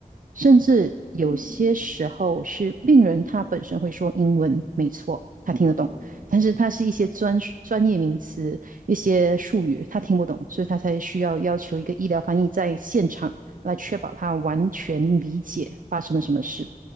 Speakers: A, on the right; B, on the right.
A: 甚至有些时候是病人他本身会说英文，
B: 可是，嗯哼，
A: 没错，他听得懂，
B: 嗯，
A: 但是它是一些专专业名词、一些术语，他听不懂，所以他才需要要求一个医疗翻译在现场来确保他完全理解发生了什么事。